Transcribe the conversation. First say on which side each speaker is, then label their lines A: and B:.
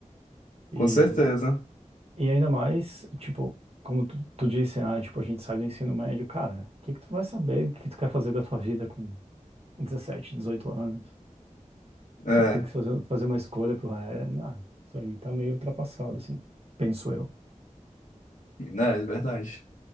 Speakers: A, on the right; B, on the left.
A: E,
B: com certeza.
A: e ainda mais, tipo, como tu, tu disse, ah, tipo, a gente sai do ensino médio, cara, o que que tu vai saber o que tu quer fazer da tua vida com 17, 18 anos?
B: É,
A: Tem que fazer, fazer uma escolha pro, é, não, isso aí tá meio ultrapassado, assim, penso eu.
B: né, é verdade.